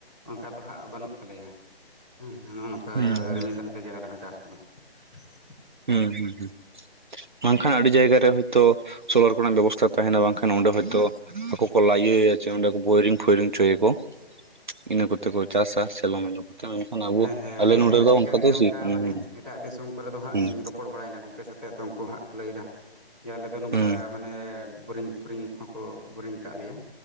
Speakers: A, in the centre; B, on the right (about 50°).
A: ᱚᱱᱠᱟ ᱫᱚ ᱦᱟᱸᱜ ᱵᱟᱹᱱᱩᱜ ᱛᱟᱞᱮᱭᱟ ᱦᱮᱸ, ᱱᱚᱜᱼᱚ ᱱᱚᱝᱠᱟ
B: ᱦᱮᱸ
A: ᱨᱤᱢᱤᱞ
B: ᱦᱮᱸ ᱦᱮᱸ
A: ᱫᱟᱜ ᱛᱮᱜᱮ ᱟᱞᱮ ᱦᱚᱸ ᱪᱟᱥ ᱠᱚᱫᱚ᱾ <inaudible>
B: ᱦᱩᱸ ᱦᱩᱸ ᱦᱩᱸ᱾ ᱵᱟᱝᱠᱷᱟᱱ ᱟᱹᱰᱤ ᱡᱟᱭᱜᱟ ᱨᱮ ᱦᱳᱭᱛᱚ ᱥᱳᱞᱟᱨ ᱠᱚᱨᱮᱱᱟᱜ ᱵᱮᱵᱚᱥᱛᱟ ᱛᱟᱦᱮᱱᱟ ᱵᱟᱝᱠᱷᱟᱱ ᱚᱸᱰᱮ ᱦᱳᱭᱛᱚ ᱟᱠᱚ ᱠᱚ ᱞᱟᱭᱮ ᱪᱚ ᱚᱸᱰᱮ ᱠᱚ ᱵᱳᱭᱨᱤᱝ ᱯᱷᱳᱭᱨᱤᱝ ᱦᱚᱪᱚᱭᱟᱠᱚ, ᱤᱱᱟᱹ ᱠᱚᱛᱮ ᱠᱚ ᱪᱟᱥᱟ ᱥᱮᱞᱚ ᱢᱮᱞᱚ ᱠᱚᱛᱮ ᱢᱮᱱᱠᱷᱚᱱ ᱟᱵᱚ
A: ᱦᱮᱸ ᱦᱮᱸ
B: ᱟᱞᱮ
A: ᱟᱹᱰᱤ
B: ᱱᱚᱰᱮ
A: ᱟᱭᱢᱟ ᱡᱟᱭᱜᱟ
B: ᱫᱚ ᱚᱱᱠᱟ
A: ᱨᱮᱜᱮ
B: ᱫᱚ <unintelligible>
A: ᱢᱟᱱᱮ ᱮᱴᱟᱜ ᱫᱤᱥᱚᱢ ᱠᱚᱨᱮ ᱫᱚ ᱦᱟᱸᱜ
B: ᱦᱩᱸ
A: ᱤᱧ ᱨᱚᱯᱚᱲ ᱵᱟᱲᱟᱭᱮᱱᱟ ᱜᱚᱝᱠᱮ ᱥᱟᱛᱮ ᱟᱫᱚ ᱩᱱᱠᱩ ᱦᱟᱸᱜ ᱠᱚ ᱞᱟᱹᱭᱮᱫᱟ ᱡᱮ ᱟᱞᱮ ᱫᱚ ᱱᱚᱝᱠᱟ
B: ᱦᱩᱸ
A: ᱢᱟᱱᱮ ᱵᱳᱨᱤᱝ ᱯᱷᱳᱨᱤᱝ ᱦᱚᱸᱠᱚ ᱵᱳᱨᱤᱝ ᱠᱟᱜ ᱞᱮᱭᱟ